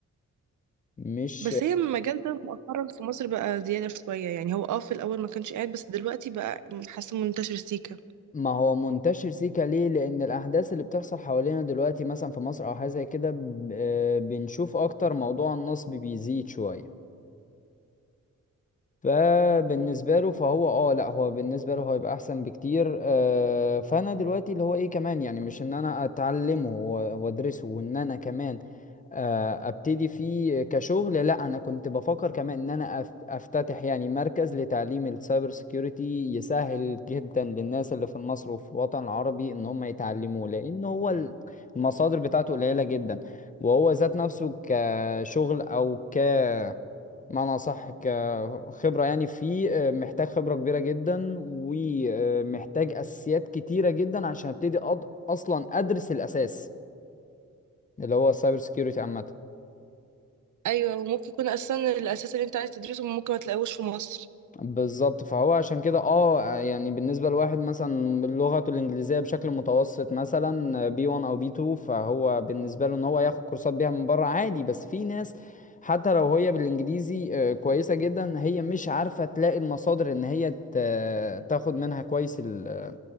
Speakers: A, on the left; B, on the right.
A: مش
B: بس هي المجال ده مؤخرا في مصر بقى زيادة شوية يعني هو اه في الأول ما كانش قاعد بس دلوقتي بقى حاسة منتشر سيكا
A: ما هو منتشر سيكا ليه لان الاحداث اللي بتحصل حوالينا دلوقتي مثلا في مصر او حاجه زي كده ب- آه، بنشوف اكتر موضوع النصب بيزيد شويه فبالنسبه له فهو اه لا هو بالنسبه له هو يبقى احسن بكتير آه، فانا دلوقتي اللي هو ايه كمان يعني مش ان انا اتعلمه و- وادرسه وان انا كمان آه، ابتدي فيه كشغل لا انا كنت بفكر كمان ان انا أف- افتتح يعني مركز لتعليم السايبر سيكيورتي يسهل جدا للناس اللي في مصر وفي الوطن العربي ان هم يتعلموه لان هو ال- المصادر بتاعته قليلة جدا وهو ذات نفسه كشغل او ك معنى صح كخبرة يعني فيه آه، محتاج خبرة كبيرة جدا ومحتاج اساسيات كتيرة جدا عشان ابتدي أض... اصلا ادرس الاساس اللي هو السايبر سيكيورتي عامة
B: أيوة وممكن يكون أساسا الأساس اللي أنت عايز تدرسه ممكن ما تلاقوش في مصر
A: بالظبط فهو عشان كده اه يعني بالنسبة لواحد مثلا لغته الإنجليزية بشكل متوسط مثلا بي 1 أو بي 2 فهو بالنسبة له إن هو ياخد كورسات بيها من بره عادي بس في ناس حتى لو هي بالإنجليزي آه، كويسة جدا هي مش عارفة تلاقي المصادر إن هي ت- تاخد منها كويس ال-